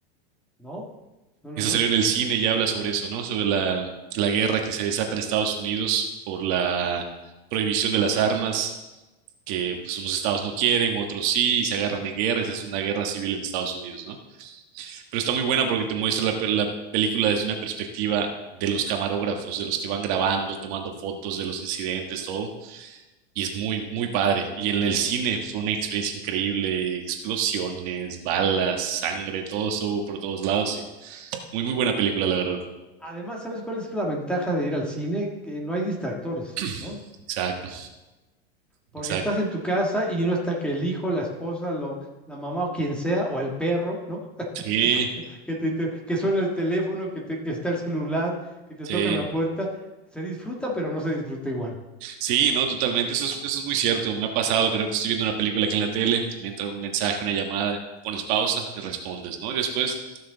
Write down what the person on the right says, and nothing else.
Esa
salió en el cine y habla sobre eso, ¿no? Sobre la, la guerra que se desata en Estados Unidos por la prohibición de las armas, que pues unos estados no quieren, otros sí, y se agarran en guerra, y se hace una guerra civil en Estados Unidos, ¿no? pero está muy buena porque te muestra la, pe- la película desde una perspectiva de los camarógrafos, de los que van grabando, tomando fotos de los incidentes, todo, y es muy, muy padre. Y en el cine fue una experiencia increíble, explosiones, balas, sangre, todo estuvo por todos lados y muy, muy buena película, la verdad.
<clears throat>
Exacto,
exacto.
Sí,
sí.
Sí, no, totalmente, eso es, eso es muy cierto. Me ha pasado que de repente estoy viendo una película aquí en la tele, me entra un mensaje, una llamada, pones pausa y respondes, ¿no? Y después